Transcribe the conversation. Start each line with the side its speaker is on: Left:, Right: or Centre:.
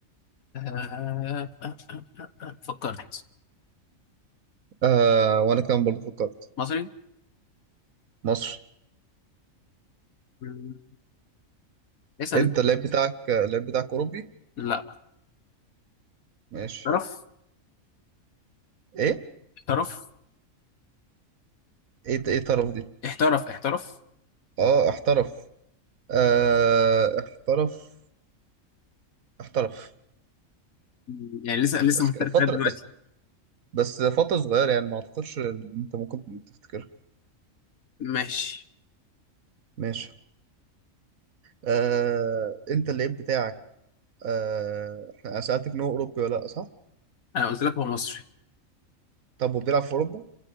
Left: آه، آه، آه، آه، آه. فكرت
Right: آه وانا كمان برضه فكرت
Left: مصري
Right: مصر
Left: مم. اسأل
Right: انت
Left: انت.
Right: اللعيب بتاعك اللعيب بتاعك اوروبي
Left: لا
Right: ماشي
Left: احترف
Right: ايه
Left: احترف
Right: ايه ايه طرف دي
Left: احترف احترف
Right: اه احترف آه احترف احترف
Left: مم. يعني لسه لسه
Right: بس
Left: محترف
Right: كانت فترة
Left: لغاية دلوقتي
Right: بس بس فترة صغيرة يعني ما اعتقدش ان انت ممكن تفتكرها
Left: ماشي
Right: ماشي آه انت اللعيب بتاعك آه احنا أنا سألتك ان هو اوروبي ولا لا صح
Left: انا قلت لك هو مصري
Right: طب هو بيلعب في اوروبا